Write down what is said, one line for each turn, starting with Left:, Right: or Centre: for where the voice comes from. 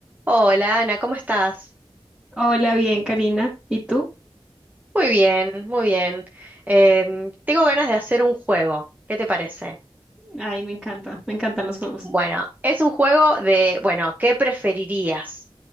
Right: Hola Ana, ¿cómo estás?
Centre: Hola, bien, Karina. ¿Y tú?
Right: Muy bien, muy bien. Em, tengo ganas de hacer un juego. ¿Qué te parece?
Centre: Ay, me encanta, me encantan los juegos.
Right: Bueno, es un juego de, bueno, ¿qué preferirías?